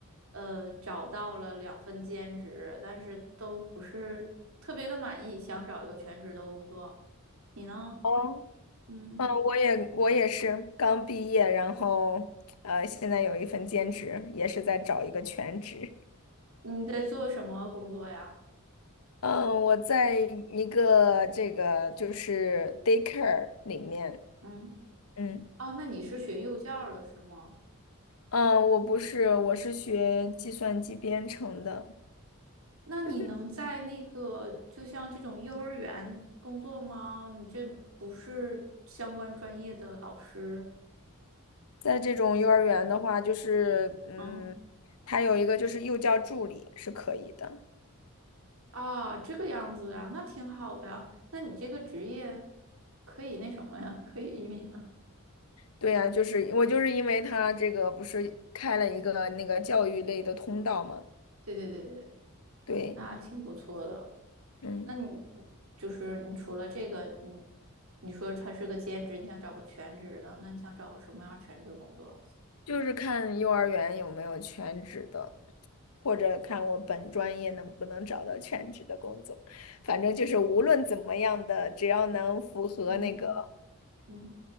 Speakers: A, on the right; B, on the left.
A: 呃，找到了两份兼职，但是都不是特别的满意，想找一个全职的工作。你呢？
B: 哦，
A: 嗯，
B: 嗯，我也我也是刚毕业，然后呃，现在有一份兼职，也是在找一个全职。
A: 你在做什么工作呀？
B: 嗯，我在一个这个就是 daycare 里面，
A: 嗯，
B: 嗯
A: 啊，那你是学幼教的是吗？
B: 嗯，我不是，我是学计算机编程的。
A: 那你能在那个就像这种幼儿园工作吗？
B: <laughs>
A: 你这不是相关专业的老师，
B: 在这种幼儿园的话，就是嗯，
A: 嗯，
B: 它有一个就是幼教助理是可以的。
A: 啊，这个样子啊，那挺好的啊那你这个职业可以那什么呀？<laughs> 可以移民呢？
B: 对呀，就是我就是因为他这个不是开了一个那个教育类的通道嘛，
A: 对对对对，
B: 对，
A: 那挺不错的。
B: 嗯，
A: 那你就是你除了这个，你你说他是个兼职，你想找个全职的，那你想找个什么样儿全职工作？
B: 就是看幼儿园有没有全职的，或者看我本专业能不能找到全职的工作，反正就是无论怎么样的，只要能符合那个
A: 嗯嗯，